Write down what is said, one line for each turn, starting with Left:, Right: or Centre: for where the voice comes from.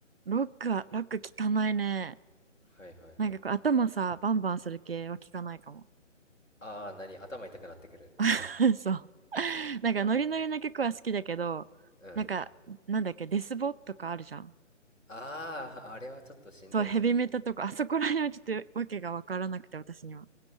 Right: ロックは、ロック聞かないね。
Left: はいはいはい。
Right: なんかこう頭さバンバンする系は聞かないかも
Left: ああ、何頭痛くなってくる。
Right: <laughs> そうなんかノリノリの曲は好きだけどなんかなんだっけデスボとかあるじゃん
Left: <laughs> うん。ああ、あれはちょっとしんどいね。
Right: そうヘビメタとかあそこら辺はちょっとわけが分からなくて私には